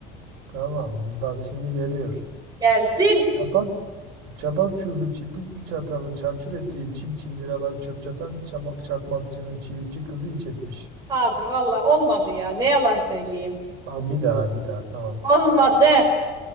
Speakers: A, on the right (about 60°); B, on the right (about 20°).
A: Tamam. Bak şimdi geliyor.
B: Gelsin.
A: Çapak, çapak çubuğu çipil çatalın çarçur ettiği çil çil liraları çöp çatan çama- çakmakçının çivitçi kızı iç etmiş.
B: Abi valla olmadı ya. Ne yalan söyleyeyim.
A: Bak bir daha bir daha tamam.
B: Olmadı.